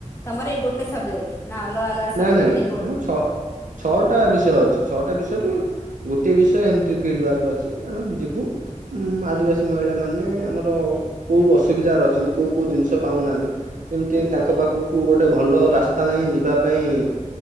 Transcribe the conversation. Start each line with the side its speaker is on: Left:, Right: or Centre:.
Left: ତମର ଏଇ ଗୋଟେ ସବଜେକ୍ଟ ନା ଅଲଗା ଅଲଗା
Right: ନାଇଁ
Left: ସବଜେକ୍ଟ?
Right: ନାଇଁ
Left: ଏଇଗୋଟ
Right: ଆମ ଛଅ ଛଅଟା ବିଷୟ ଅଛି। ଛଅଟା ବିଷୟରୁ ଗୋଟିଏ ବିଷୟ ଏମିତି ଫିଲ୍ଡ ୱାର୍କ ଅଛି। ଆମେ ଯିବୁ। ଉଁମ୍ ଆଦିବାସୀ ମହିଳା ମାନେ ଆମର କୋଉ ଅସୁବିଧାରେ ଅଛନ୍ତି? କୋଉ କୋଉ ଜିନିଷ ପାଉନାହାନ୍ତି? ଯେମିତି
Left: ହୁଁ
Right: ତାଙ୍କ ପାଖକୁ ଗୋଟେ ଭଲ ରାସ୍ତା ନାହିଁ ଯିବା ପାଇଁ